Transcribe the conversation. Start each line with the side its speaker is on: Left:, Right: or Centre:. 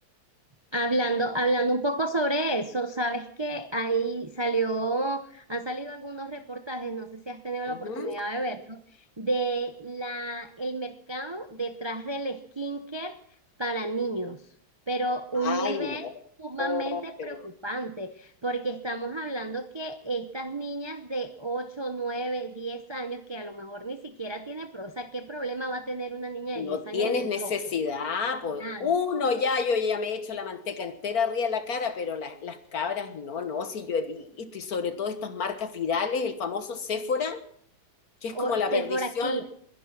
Right: Hablando, hablando un poco sobre eso, sabes que ahí salió, han salido algunos reportajes, no sé si has tenido la
Left: Ujú.
Right: oportunidad de verlos, de la, el mercado detrás del skincare para niños, pero un
Left: Ay,
Right: nivel
Left: no,
Right: sumamente preocupante,
Left: pero
Right: porque estamos hablando que estas niñas de 8 9 10 años, que a lo mejor ni siquiera tiene, pro- o sea, ¿qué problema va a tener una niña
Left: no
Right: de 10 años
Left: tienes
Right: en el
Left: necesidad,
Right: rostro?
Left: pues
Right: Nada.
Left: uno ya, yo ya me he hecho la manteca entera arriba de la cara, pero las, las cabras no, no, si yo he visto, y sobre todo estas marcas virales, el famoso Sephora, que
Right: O
Left: es como la
Right: Sephora
Left: perdición,
Right: Kids.